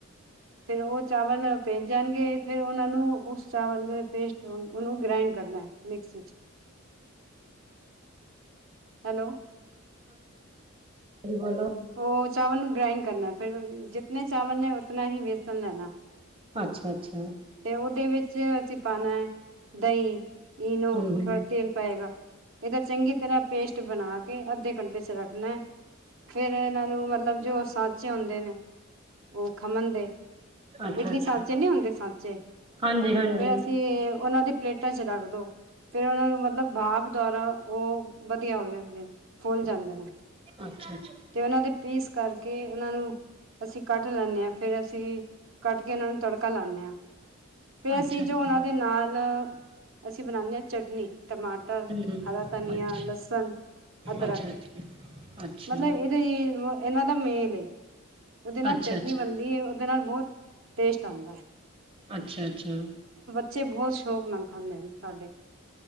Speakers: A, on the right; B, on the right.
A: ਫੇਰ ਓਹ ਚਾਵਲ ਭਿੱਜ ਜਾਣਗੇ, ਫੇਰ ਔਨਾਂ ਨੂੰ ਉਸ ਚਾਵਲ ਦੇ ਪੇਸਟ ਨੂੰ। ਉਹਨੂੰ ਗ੍ਰਾਈੰਡ ਕਰਨਾ ਮਿਕਸੀ ਚ। ਹੈਲੋ।
B: ਜੀ ਬੋਲੋ।
A: ਓਹ ਚਾਵਲ ਨੂੰ ਗ੍ਰਾਈੰਡ ਕਰਨੈ ਫਿਰ ਜਿਤਨੇ ਚਾਵਲ ਨੇ ਉਤਨਾ ਹੀ ਵੇਸਨ ਲੈਣੈ।
B: ਅੱਛਾ, ਅੱਛਾ।
A: ਤੇ ਉਹਦੇ ਵਿੱਚ ਅਸੀਂ ਪਾਣਾ ਦਹੀਂ, ਇਨੋ,
B: ਹੂੰ-ਹੂੰ
A: ਥੋੜਾ ਤੇਲ ਪਏਗਾ। ਇਹਦਾ ਚੰਗੀ ਤਰ੍ਹਾਂ ਪੇਸਟ ਬਣਾ ਕੇ ਅੱਧੇ ਘੰਟੇ ਚ ਰੱਖਣਾ ਏ। ਫੇਰ ਇਹਨਾਂ ਨੂੰ ਮਤਲਬ ਜੋ ਸਾਂਚੇ ਹੁੰਦੇ ਨੇ ਉਹ ਖਮਣ ਦੇ
B: ਅੱਛਾ-ਅੱਛਾ
A: ਇਡਲੀ ਸਾਚੇ ਨੀ ਹੁੰਦੇ ਸਾਚੇ।
B: ਹਾਂਜੀ-ਹਾਂਜੀ
A: ਫੇਰ ਅਸੀਂ ਉਹਨਾਂ ਦੀ ਪਲੇਟਾਂ ਚ ਰੱਖ ਦੋ। ਫੇਰ ਔਨਾਂ ਨੂੰ ਮਤਲਬ ਭਾਫ ਦੁਆਰਾ ਓਹ ਵਧੀਆ ਹੋ ਜਾਂਦੇ ਨੇ ਫੁੱਲ ਜਾਂਦੇ ਨੇ।
B: ਅੱਛਾ ਅੱਛਾ।
A: ਤੇ ਉਹਨਾਂ ਦੇ ਪੀਸ ਕਰਕੇ ਉਹਨਾਂ ਨੂੰ ਅਸੀਂ ਕੱਟ ਲੈਂਣੇ ਆਂ, ਫੇਰ ਅਸੀਂ ਕੱਟ ਕੇ ਇਨਾਂ ਨੂੰ ਤੜਕਾ ਲਾਣੇ ਆਂ। ਫੇਰ
B: ਅੱਛਾ-ਅੱਛਾ
A: ਅਸੀਂ ਜੋ ਓਹਨਾਂ ਦੇ ਨਾਲ ਅਸੀਂ ਬਣਾਣੇ ਆਂ ਚਟਨੀ। ਟਮਾ ਟਰ
B: ਹੂੰ-ਹੂੰ
A: ਹਰਾ ਧਨੀਆਂ,
B: ਅੱਛਾ
A: ਲਸਨ, ਅਦਰਕ।
B: ਅੱਛਾ ਅੱਛਾ ਅੱਛਾ
A: ਮਤਲਬ ਏਦੀ ਏਨਾਂ ਦਾ ਮੇਲ ਏ। ਉਦੇ ਨਾਲ
B: ਅੱਛਾ
A: ਚਟਨੀ
B: ਅੱਛਾ
A: ਬਣਦੀ ਏ ਉਦੇ ਨਾਲ ਬਹੁਤ ਟੇਸਟ ਆਦਾ।
B: ਅੱਛਾ, ਅੱਛਾ।
A: ਬੱਚੇ ਬਹੁਤ ਸ਼ੌਕ ਨਾਲ ਖਾਂਦੇ ਨੇ ਸਾਡੇ।